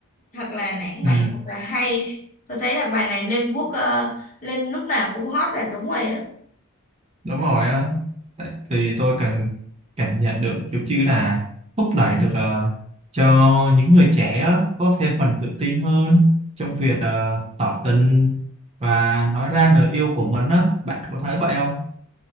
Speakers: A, on the left; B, on the right.
A: thật là lãng
B: ừ
A: mạn thật là hay tôi thấy là bài này lên vuốt ờ, lên lúc nào cũng hot là đúng rồi á
B: đúng rồi á Tại- thì tôi cần cảm nhận được giống như là thúc đẩy được ờ, cho những người trẻ á, có thêm phần tự tin hơn trong việc ờ, tỏ tình và nói ra lời yêu của mình á bạn có thấy vậy không